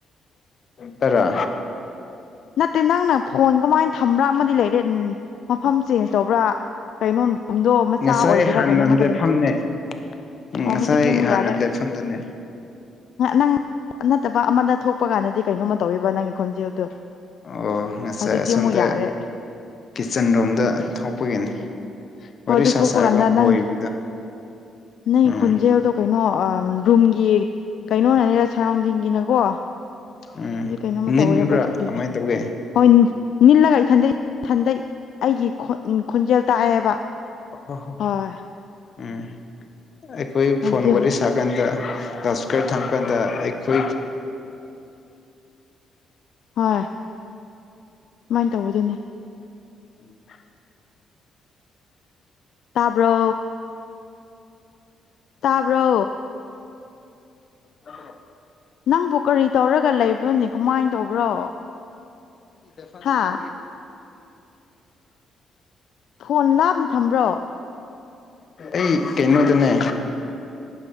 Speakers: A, on the left; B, on the left.
A: ꯇꯔ
B: ꯅꯠꯇꯦ ꯅꯪꯅ ꯐꯣꯟ ꯀꯃꯥꯏꯅ ꯊꯝꯕ꯭ꯔꯥ ꯑꯃꯗꯤ ꯂꯩꯔꯦ ꯃꯐꯝ ꯆꯦꯟꯖ ꯇꯧꯕ꯭ꯔꯥ ꯀꯩꯅꯣ ꯀꯨꯝꯗꯣ ꯃꯆꯥ
A: ꯉꯁꯥꯏ
B: ꯑꯣꯏꯕ꯭ꯔꯥ
A: ꯍꯥꯟꯅ
B: ꯀꯩꯅꯣꯝꯃꯗ
A: ꯂꯦꯞꯐꯝꯅꯦ
B: ꯂꯩ
A: ꯎꯝ
B: ꯑꯣ
A: ꯉꯁꯥꯏ
B: ꯍꯧꯖꯤꯛꯇꯤ ꯑꯃꯨꯛ
A: ꯍꯥꯟꯅ
B: ꯌꯥꯔꯦ
A: ꯂꯦꯞꯐꯝꯗꯨꯅꯦ
B: ꯅꯪ ꯅꯠꯇꯕ ꯑꯃꯗ ꯊꯣꯛꯄ ꯀꯥꯟꯗꯗꯤ ꯀꯩꯅꯣꯝꯃ ꯇꯧꯋꯦꯕ ꯅꯪꯒꯤ ꯈꯣꯟꯖꯦꯜꯗꯣ
A: ꯑꯣ ꯉꯁꯥꯏ
B: ꯍꯧꯖꯤꯛꯇꯤ
A: ꯑꯁꯣꯝꯗ
B: ꯑꯃꯨꯛ ꯌꯥꯔꯦ
A: ꯀꯤꯠꯆꯟ ꯔꯣꯝꯗ ꯊꯣꯛꯄꯒꯤꯅꯤ ꯋꯥꯔꯤ
B: ꯍꯣꯏ ꯑꯗꯨ
A: ꯁꯥ
B: ꯊꯣꯛꯄ
A: ꯁꯥꯔꯒ
B: ꯀꯥꯟꯗ
A: ꯀꯣꯏꯕꯗꯣ
B: ꯅꯪ ꯅꯪ
A: ꯎꯝ
B: ꯈꯨꯣꯟꯖꯦꯜ ꯍꯧꯗꯣ ꯀꯩꯅꯣ ꯔꯨꯝꯒꯤ ꯀꯩꯅꯣꯅꯅꯦ ꯁꯔꯥꯎꯟꯗꯤꯡꯒꯤꯅꯀꯣ ꯑꯗꯨꯗꯤ
A: ꯎꯝ
B: ꯀꯩꯅꯣꯝꯃ
A: ꯅꯤꯟꯕ꯭ꯔꯥ
B: ꯇꯧꯔꯦꯕ ꯑꯗꯨꯒꯤ
A: ꯀꯃꯥꯏꯅ ꯇꯧꯒꯦ
B: ꯍꯣꯏ ꯅꯤꯜꯂꯒ ꯏꯊꯟꯗꯩ ꯏꯊꯟꯗꯩ ꯑꯩꯒꯤ ꯈꯣꯟꯖꯦꯜ ꯇꯥꯛꯑꯦꯕ
A: ꯑꯣ
B: ꯍꯣꯏ
A: ꯎꯝ ꯑꯩꯈꯣꯏ ꯐꯣꯟ
B: ꯑꯗꯨ
A: ꯋꯥꯔꯤꯦ
B: ꯍꯧꯖꯤꯛ
A: ꯁꯥꯔꯀꯥꯟꯗ ꯀ꯭ꯂꯁꯀꯔ ꯊꯝꯃ ꯀꯥꯟꯗ ꯑꯩꯈꯣꯏ
B: ꯍꯣꯏ ꯁꯨꯃꯥꯏꯅ ꯇꯧꯕꯗꯨꯅꯦ
A: ꯎꯝ
B: ꯇꯥꯕ꯭ꯔꯣ ꯇꯥꯕ꯭ꯔꯣ
A: ꯍ
B: ꯅꯪꯕꯨ ꯀꯔꯤ ꯇꯧꯔꯒ ꯂꯩꯕ꯭ꯔꯣꯅꯦ ꯀꯃꯥꯏꯅ ꯇꯧꯕ꯭ꯔꯣ
A: ꯗꯗ
B: ꯍꯥ
A: ꯑꯗꯨ
B: ꯐꯣꯟ ꯂꯥꯞꯅ ꯊꯝꯕ꯭ꯔꯣ
A: ꯑꯩ ꯀꯩꯅꯣ ꯇꯅꯦ